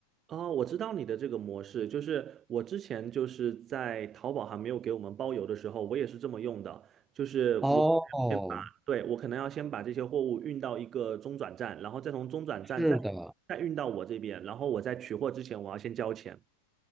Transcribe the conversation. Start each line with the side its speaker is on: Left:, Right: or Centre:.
Right: 哦，我知道你的这个模式，就是我之前就是在淘宝还没有给我们包邮的时候，我也是这么用的，就是我先把，
Centre: 哦，
Right: 对，我可能要先把这些货物运到一个中转站，然后再从中转站再
Centre: 是的，
Right: 再运到我这边，然后我在取货之前我要先交钱。